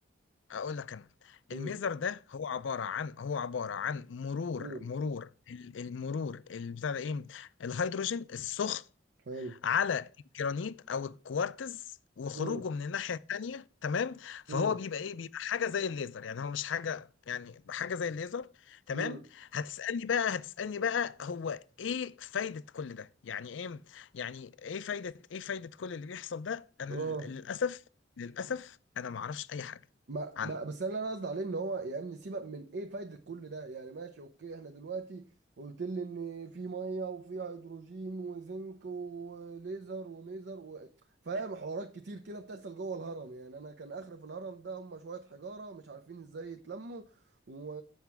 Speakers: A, on the left (about 75°); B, on the right (about 60°).
A: اقول لك انا
B: امم
A: الميزر ده هو عباره عن هو عباره عن مرور
B: امم
A: مرور ال- المرور البتاع ده ايه الهيدروجين السخن
B: حلو
A: على الجرانيت او الكوارتز وخروجه
B: امم
A: من الناحيه التانيه تمام فهو
B: امم
A: بيبقى ايه بيبقى حاجه زي الليزر يعني هو مش حاجه يعني حاجه زي الليزر تمام
B: امم
A: هتسالني بقى هتسالني بقى هو ايه فايده كل ده يعني ايه يعني ايه فايده ايه فايده كل اللي بيحصل ده انا
B: اه
A: لل- للاسف للاسف انا ما اعرفش اي حاجه
B: ما
A: عنه
B: ما بس اللي انا قصدي عليه ان هو يا ابني سيبك من ايه فايده كل ده يعني ماشي اوكي احنا دلوقتي قلت لي ان في ميه وفي هيدروجين وزنك وليزر وميزر و... فاهم حوارات كتير كده بتحصل جوه الهرم يعني انا كان اخر في الهرم ده هم شويه حجاره مش عارفين ازاي يتلموا و...